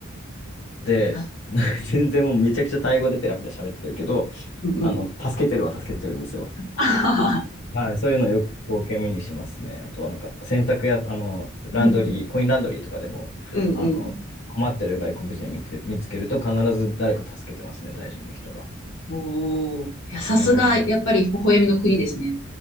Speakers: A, on the left (about 55°); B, on the left (about 80°).
A: で、
B: あ、
A: <laughs> 全然もうめちゃくちゃタイ語でペラペラ喋ってるけど、
B: うんうん。
A: あの、助けてるは助けてるんですよ。
B: <laughs> あはは
A: はい、そういうのよく光景目にしますね。あとはなんか洗濯や、あの、ランドリー、
B: うんうん。
A: コインランドリーとかでも、
B: うんうん。
A: あの、困ってる外国人見て、見つけると必ず誰か助けてますね、タイ人の人が。
B: おお。いや、さすが、
A: うん、
B: やっぱり微笑みの国ですね。